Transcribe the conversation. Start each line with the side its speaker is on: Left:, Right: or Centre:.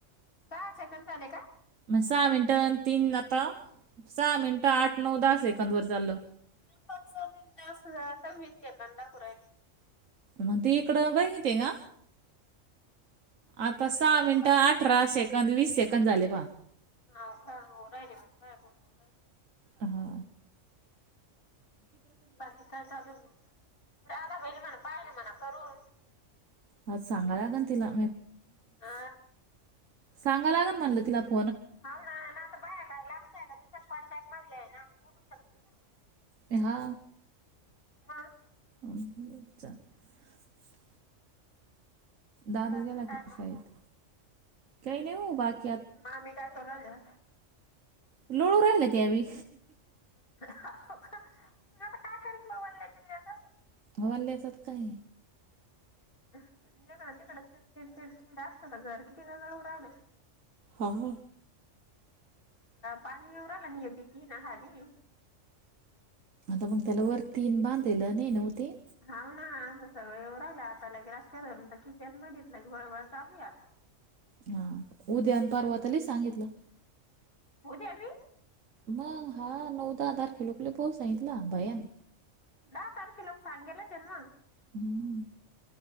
Left: सहा सेकंद झाले का?
Right: सहा मिनटं तीन आता सहा मिनटं, आठ, नऊ, दहा सेकंद वर चालल.
Left: पाच सहा मिनिट असल तर वीस सेकंद दाखवू राहिले.
Right: म त इकड भाहीते का? आता सहा
Left: हाव
Right: मिनटं
Left: का
Right: अठरा सेकंद वीस सेकंद झाले पा.
Left: हाव का हून राहिले मग काय म्हणून राहिले
Right: हा
Left: बाकी काय चालू मग राधा बहिनि म्हणा पाहिन म्हणा करून
Right: आज सांगाय लागन तिला
Left: आ
Right: सांगा लागन म्हणल तिलापण
Left: हाव ना नाता बाया काय लांबच्या आहे का तिच्याच कॉन्टॅक्ट मधल्या आहे ना बोलू शकते ना ती
Right: हे हा
Left: मग
Right: <unintelligible> दादो
Left: बाकी
Right: गेला का
Left: काय
Right: तो
Left: मग?
Right: शाळेत काही नाही हो बाकी
Left: मामी काय कराल्या?
Right: लोळू राहिल्या त्या बी
Left: हाव का मग आता काय करन बा त्या चिल्याच
Right: वल्या जात काय
Left: जीकड तिकड चिडचिड चिडचिड असत घर किती गळून राहिले
Right: हा
Left: पाणी येऊ राहिलं ना ह्या भीती ना खाली
Right: मग त्याला वरतीन बांधलेलं नाही नव्ह ते
Left: हाव ना आता सगळं येऊं राहलं आता लगे रस्त्यावररून तर किचन मितलं क वळवळ चालली आता
Right: हा उद्यान परवा त लई सांगितलं
Left: होद्या अभी
Right: मग हा नऊ दहा तारखे लोकले पाऊस सांगितला भयाण
Left: दहा तारखे लोक सांगेलच आहे ना
Right: हुं